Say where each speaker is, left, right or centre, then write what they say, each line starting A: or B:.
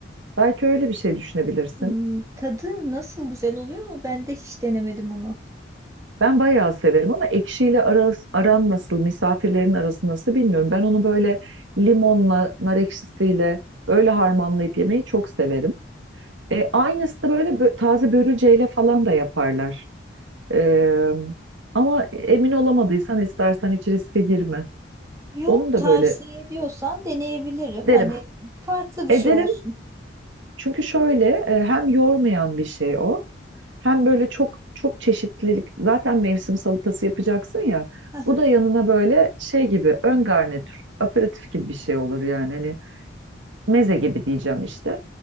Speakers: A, on the right; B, on the right.
A: Belki öyle bir şey düşünebilirsin.
B: Hmm, tadı nasıl güzel oluyor mu? Ben de hiç denemedim onu.
A: Ben bayağı severim ama ekşiyle aras- aram nasıl, misafirlerin arası nasıl bilmiyorum. Ben onu böyle limonla, nar ekşisiyle öyle harmanlayıp yemeyi çok severim. E, aynısı da böyle bö- taze börülceyle falan da yaparlar. E, ama emin olamadıysan istersen hiç riske girme.
B: Yo
A: Onun da
B: tavsiye
A: böyle
B: ediyorsan deneyebilirim.
A: derim.
B: Hani farklı bir
A: Ederim
B: şey olsun.
A: çünkü şöyle e, hem yormayan bir şey o. Hem böyle çok çok çeşitlilik zaten mevsim salatası yapacaksın ya.
B: Aha.
A: Bu da yanına böyle şey gibi ön garnitür, aperatif gibi bir şey olur yani. Hani meze gibi diyeceğim işte.